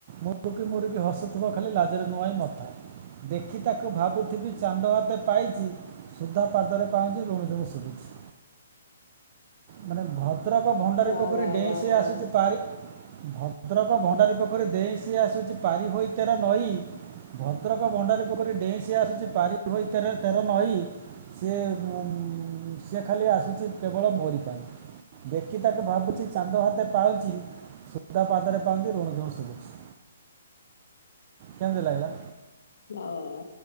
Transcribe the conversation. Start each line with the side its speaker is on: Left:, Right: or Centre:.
Right: ମୁରୁକି ମୁରୁକି ହସୁଥିବ ଖାଲି ଲାଜରେ ନୁଆଇଁ ମଥା। ଦେଖି ତାକୁ ଭାବୁଥିବି ଚାନ୍ଦ ଆତେ ପାଇଚି। ସୁଧା ପାଦରେ ପାଉଁଜି ରୁଣୁ ଝୁଣୁ ଶୁଭୁଚି ମାନେ ଭ ଭଦ୍ରକ ଭଣ୍ଡାରି
Left: ବା
Right: ପୋଖରୀ
Left: ବା
Right: ଡେଇଁ
Left: ବା
Right: ସେ
Left: ବା
Right: ଆସୁଛି। ପାରି ଭ ଭଦ୍ରକ ଭଣ୍ଡାରି ପୋଖରୀ ଦେଇଁ ସିଏ ଆସୁଛି ପାରି ହୋଇ ତେର ନଈ ଭଦ୍ରକ ଭଣ୍ଡାରି ପୋଖରୀ ଡେଇଁ ସିଏ ଆସୁଛି ପାରି ହୋଇ ତେର ତେର ନଈ ସିଏ ମୁଁ ସିଏ ଖାଲି ଆସୁଛି କେବଳ ମୋରି ପାଇଁ। ଦେଖି ତାକୁ ଭାବୁଛି ଚାନ୍ଦ ହାତ ପାଉଛି ସୁଧା ପାଦରେ ପାଉଁଜି ରୁଣୁ ଝୁଣୁ ଶୁଭୁଚି। କେମିତି ଲାଗିଲା?
Left: ହଁ